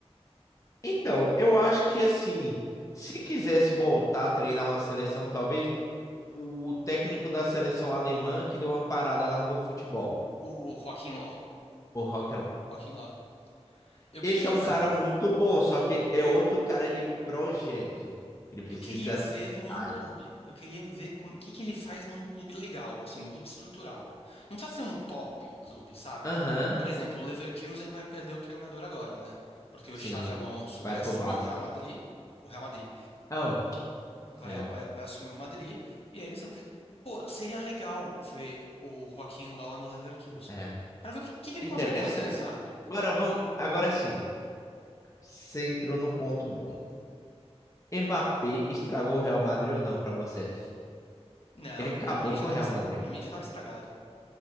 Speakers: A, on the left; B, on the left.
A: Então, eu acho que assim, se quisesse voltar a treinar uma seleção, talvez o técnico da seleção alemã que deu uma parada, largou o futebol,
B: O Joaquim Ló,
A: o Rock
B: Joaquim Ló. Eu
A: Esse
B: queria
A: é um
B: ver,
A: cara muito bom, só que é outro cara de projeto. Ele precisa.
B: eu queria vê-lo num
A: Ai.
B: clube. Eu queria ver como, o que que ele faz num clube legal, assim, num clube estruturado. Não precisa ser um top clube, sabe?
A: Aham,
B: Por exemplo, o Leverkusen vai perder o treinador agora, né? Porque o
A: sim.
B: Xavi Alonso
A: Vai
B: vai
A: pro
B: assumir
A: Barça.
B: o Real Madrid. O Real Madrid
A: Oh,
B: vai,
A: real.
B: vai, vai assumir o Madrid. E aí eles estão. Pô, seria legal ver o Joaquim Low no Leverkusen.
A: É.
B: Pra ver o que, que que ele
A: Interessante.
B: consegue fazer, sabe?
A: Agora vamos. Agora sim. Você entrou no ponto bom. Mbappé estragou o Real Madrid ou não pra você?
B: Não,
A: Ele acabou
B: pra mim
A: com
B: já tava,
A: o Real Madrid.
B: para mim já tava estragado.